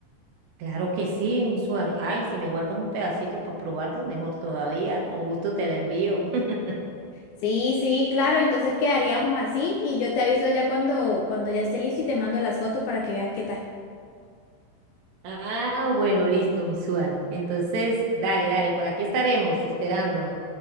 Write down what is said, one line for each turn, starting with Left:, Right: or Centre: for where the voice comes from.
Right: Claro que sí, mi suar. Ay, si me guardas un pedacito para probarlo, mejor todavía. Con gusto te la envío. <laughs>
Left: Sí, sí, claro, entonces quedaríamos así y yo te aviso ya cuando, cuando ya esté listo y te mando las fotos para que veas qué tal.
Right: Ah, bueno, listo, mi suar. Entonces, dale, dale, por aquí estaremos esperando.